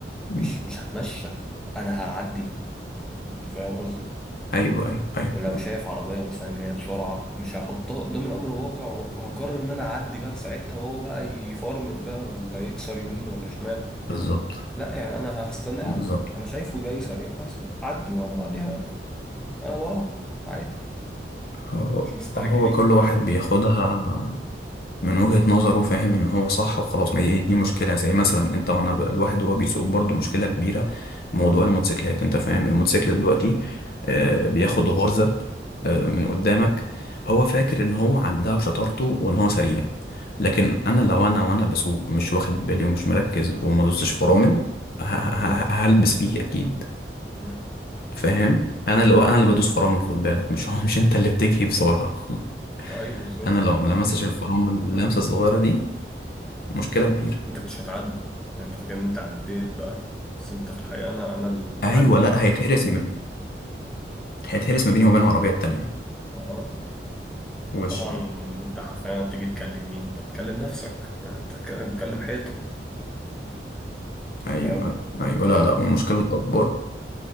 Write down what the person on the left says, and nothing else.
م.
ايوه ايوه ايوه
بالظبط
بالظبط
هو
هو كل
واحد بياخدها من وجهة نظره فاهم ان هو صح وخلاص ما دي دي مشكلة زي مثلا انت وانا بقى الواحد وهو بيسوق برضه مشكلة كبيرة موضوع الموتوسيكلات انت فاهم الموتوسيكل دلوقتي
آه، بياخد غرزة آه، من قدامك هو فاكر ان هو عداها بشطارته وان هو سريع لكن انا لو انا وانا بسوق مش واخد بالي ومش مركز وما دوستش فرامل ه- ه-
ه- هلبس فيه اكيد
فاهم انا اللي انا اللي بدوس فرامل خد بالك مش <laughs> هو مش انت اللي بتجري بسرعة <laughs>
انا لو ما لمستش الفرامل اللمسة الصغيرة دي مشكلة كبيرة
ايوه لا هيتهرس ما... هيتهرس ما بيني وبين العربيه التانيه
وش
ايوه
ايوه
ايوه لا
لا والمشكله الاكبر